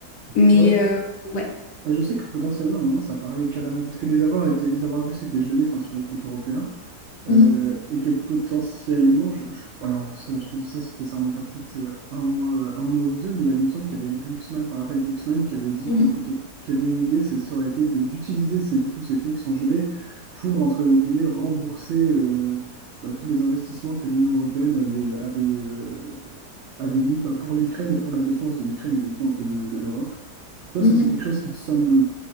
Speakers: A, on the left; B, on the right.
A: Mais
B: Ouais,
A: euh, ouais.
B: Bah, je sais que potentiellement à un moment ça parlait carrément parce que les avoirs étaient, les avoirs russes étaient gelés enfin, sur les comptes européens euh,
A: Mhm.
B: et que potentiellement, je, je- alors ça, je te dis ça, c'était ça remonte à peut-être euh, un mois, euh, un mois ou deux, mais il me semble qu'il y avait Glucksmann, enfin Raphaël Glucksmann qui avait dit
A: Mhm.
B: que poten- qu'il y avait une idée, c'est, ça aurait été de- d'utiliser ces, du coup, ces fonds qui sont gelés pour entre guillemets rembourser euh, bah, tous les investissements que l'Union européenne avait, euh, avait, euh, avait mis bah, pour l'Ukraine et pour la défense de l'Ukraine et du coup un peu de de l'Europe. Pour toi,
A: Mhm.
B: ça, c'est quelque chose qui te semble